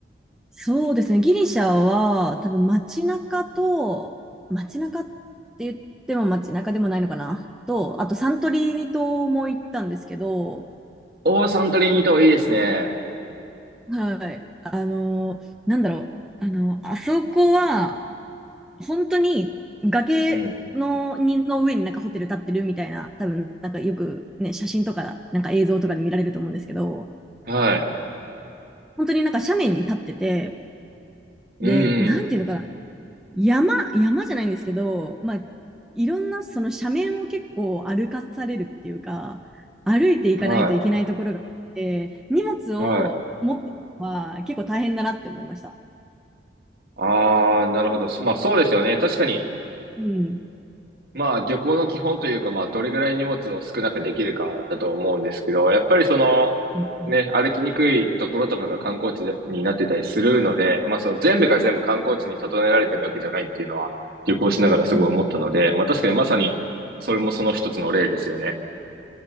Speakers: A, in the centre; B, on the right.
A: そうですね。ギリシャは、多分街中と、街中って言っても街中でもないのかな。と、あとサントリーニ島も行ったんですけど、
B: おー、サントリーニ島いいですね。
A: はい。あのーなんだろう。あの、あそこは、本当に崖のにの上になんかホテル建ってるみたいな、
B: うん。
A: 多分なんかよくね、写真とか、なんか映像とかで見られると思うんですけど、
B: はい。
A: 本当になんか斜面に立ってて、
B: うん、
A: で、
B: うんうん。
A: なんていうのかな、山、山じゃないんですけど、まあ、いろんなその斜面を結構歩かされるっていうか、歩いていかないといけないところがあって、
B: は
A: 荷物を持っていくのは結構大変だなって思いました。
B: い。はい。ああ、なるほど。まあそうですよね。確かに、
A: うん。
B: まあ旅行の基本というか、まあどれぐらい荷物を少なくできるかだと思うんですけど、やっぱりその、
A: うんう
B: ね、歩きにくいところとかが観光地でになってたりするので、まあそう、全部が全部観光地に整えられてるわけじゃないっていうのは旅行しながらすごい思ったので、
A: んうんうん
B: まあ確かにまさにそれもその一つの例ですよね。